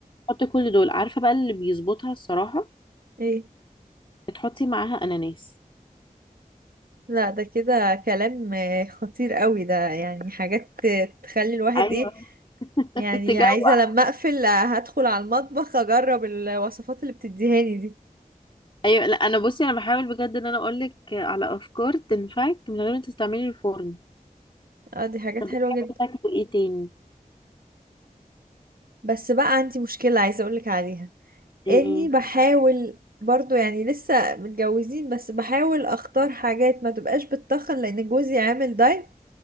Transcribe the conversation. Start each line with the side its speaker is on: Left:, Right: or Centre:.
Left: حطي كل دول عارفه بقى اللي بيظبطها الصراحه
Right: ايه
Left: تحطي معاها اناناس
Right: لا ده كده كلام آه، خطير قوي ده يعني حاجات آه، تخلي الواحد
Left: ايوه
Right: ايه
Left: <laughs>
Right: يعني
Left: تجوع
Right: عايزة لما اقفل آه، هدخل على المطبخ اجرب الوصفات اللي بتديهاني دي
Left: ايوه لا انا بصي انا بحاول بجد ان انا اقول لك على افكار تنفعك من غير ما تستعملي الفرن
Right: اه دي حاجات
Left: طب
Right: حلوة
Left: بتحبي
Right: جدا
Left: تاكلي ايه تاني
Right: بس بقى عندي مشكلة عايزة اقولك عليها
Left: ايه
Right: اني بحاول برضو يعني لسه متجوزين بس بحاول اختار حاجات ما تبقاش بتتخن لان جوزي عامل دايت